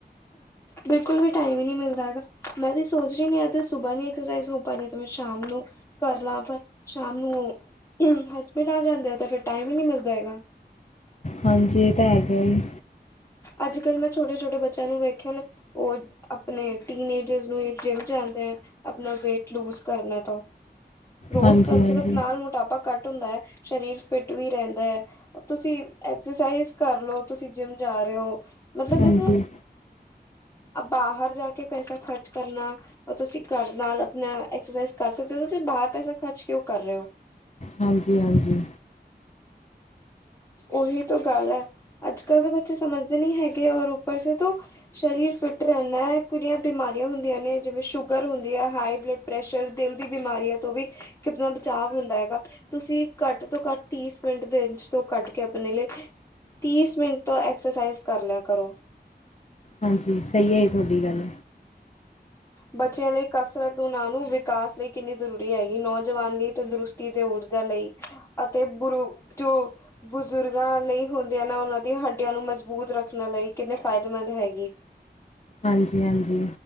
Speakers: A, on the left (about 15°); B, on the left (about 40°).
A: ਬਿਲਕੁਲ ਵੀ ਟਾਈਮ ਈ ਨਹੀਂ ਮਿਲਦਾ ਹੈਗਾ ਮੈਂ ਵੀ ਸੋਚ ਰਹੀ ਨਹੀ ਏ ਤਾ ਸੁਬਾਹ ਨਹੀਂ ਐਕਸਰਸਾਈਜ਼ ਹੋ ਪਾਨੀ ਹੈ ਤੇ ਮੈਂ ਸ਼ਾਮ ਨੂੰ ਕਰ ਲਾਂ ਪਰ ਸ਼ਾਮ ਨੂੰ ਉਹ ਹਸਬੈੰਡ ਨਾਲ ਜਾਂਦੇ ਆ ਤੇ ਫਿਰ ਟਾਈਮ ਹੀ ਨਹੀਂ ਮਿਲਦਾ ਹੈਗਾ
B: ਹਾਂਜੀ ਇਹ ਤਾਂ ਹੈਗਾ ਈ
A: ਅੱਜ ਕੱਲ ਮੈਂ ਛੋਟੇ ਛੋਟੇ ਬਚਿਆਂ ਨੂੰ ਵੇਖਿਆ ਉਹ ਆਪਨੇ ਟੀਨੇਏਜਰ ਨੂੰ ਜਿੰਮ ਜਾਂਦਾ ਏ ਅਪਨਾ ਵੇਟ ਲੂਜ ਕਰਨਾ ਤਾ ਰੋਜ਼
B: ਹਾਂਜੀ
A: ਕਸਰਤ
B: ਹਾਂਜੀ
A: ਨਾਲ ਮੋਟਾਪਾ ਘੱਟ ਹੁੰਦਾ ਏ ਸਰੀਰ ਫਿਟ ਵੀ ਰਹਿੰਦਾ ਏ ਤੁਸੀਂ ਐਕਸਰਸਾਈਜ਼ ਕਰ ਲਓ ਤੁਸੀਂ ਜਿੰਮ ਜਾ ਰਹੇ ਔ ਮਤਲੱਬ
B: ਹਾਂਜੀ
A: ਦੇਖੋ ਆ ਬਾਹਰ ਜਾ ਕੇ ਪੈਸਾ ਖ਼ਰਚ ਕਰਨਾ ਉਹ ਤੁਸੀਂ ਘਰ ਨਾਲ ਆਪਣਾ ਐਕਸਰਸਾਈਜ਼ ਕਰ ਸਕਦੇ ਹੋ ਤੁਸੀਂ ਬਾਹਰ ਪੈਸਾ ਖਰਚ ਕਯੋ ਕਰ ਰਹੇ ਔ
B: ਹਾਂਜੀ-ਹਾਂਜੀ
A: ਉਹੀ ਤਾਂ ਗੱਲ ਏ ਅੱਜ ਕੱਲ੍ਹ ਤਾਂ ਬੱਚੇ ਸਮਂਝਦੇ ਨੀ ਹੈਗੇ ਔਰ ਉੱਪਰ ਸੇ ਤੋ ਸਰੀਰ ਫਿੱਟ ਰਹਿੰਨਾ ਏ ਕਿੰਨੀਆਂ ਬਿਮਾਰੀਆਂ ਹੁੰਦੀਆਂ ਨੇ ਜਿਵੇਂ ਸ਼ੂਗਰ ਹੁੰਦੀ ਹੈ ਹਾਈ ਬਲੱਡ ਪ੍ਰੈਸ਼ਰ ਦਿਲ ਦੀ ਬਿਮਾਰੀਆਂ ਤੋਂ ਵੀ ਕਿੱਦਾ ਬਚਾਅ ਹੁੰਦਾ ਹੈਗਾ ਤੁਸੀਂ ਘੱਟ ਤੋਂ ਘੱਟ ਤੀਸ ਮਿੰਟ ਤੇ ਇਚ ਤੋਂ ਕੱਢ ਕੇ ਆਪਨੇ ਲਈ ਤੀਸ ਮਿੰਟ ਤੋਂ ਐਕਸਰਸਾਈਜ਼ ਕਰ ਲਿਆ ਕਰੋ
B: ਹਾਂਜੀ ਸਹੀ ਐ ਜੀ ਤੁਹਾਡੀ ਗੱਲ
A: ਬੱਚਿਆਂ ਲਈ ਕਸਰਤ ਉਹਨਾ ਨੂ ਵੀ ਵਿਕਾਸ ਲਈ ਕਿੰਨੀ ਜ਼ਰੂਰੀ ਹੈਗੀ ਨੌਜਵਾਨ ਲਈ ਤੰਦਰੁਸਤੀ ਤੇ ਊਰਜਾ ਲਈ ਅਤੇ ਬੁਰੂ ਜੋ ਬਜ਼ੁਰਗਾਂ ਲਈ ਹੁੰਦੀਆਂ ਨਾ ਉਹਨਾਂ ਦੀਆਂ ਹੱਡੀਆਂ ਨੂੰ ਮਜ਼ਬੂਤ ਰੱਖਣ ਲਈ ਕਿੰਨੇ ਫਾਇਦੇਮੰਦ ਹੈਗੀ
B: ਹਾਂਜੀ-ਹਾਂਜੀ